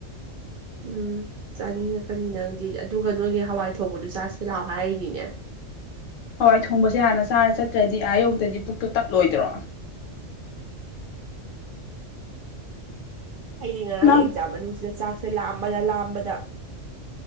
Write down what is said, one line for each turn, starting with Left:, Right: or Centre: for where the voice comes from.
Right: ꯎꯝ ꯆꯥꯅꯤꯡꯉꯛꯀꯅꯤ ꯅꯪꯗꯤ ꯑꯗꯨꯒ ꯅꯣꯏꯒꯤ ꯍꯋꯥꯏ ꯊꯣꯡꯕꯗꯨ ꯆꯥꯁꯤꯂꯥꯛꯑꯣ ꯍꯥꯏꯔꯤꯅꯤꯅꯦ
Left: ꯍꯋꯥꯏ ꯊꯣꯡꯕꯁꯦ ꯍꯥꯟꯅ ꯆꯥꯔ ꯆꯠꯇ꯭ꯔꯗꯤ ꯑꯥ ꯌꯧꯕꯗꯗꯤ ꯄꯨꯛꯇꯣ ꯇꯠꯂꯣꯏꯗ꯭ꯔꯣ
Right: ꯑꯩꯗꯤ ꯉꯔꯥꯡ
Left: ꯅꯪ
Right: ꯑꯦꯛꯖꯥꯝ ꯃꯅꯨꯡꯁꯤꯗ ꯆꯥꯛꯁꯦ ꯂꯥꯝꯕꯗ ꯂꯥꯝꯕꯗ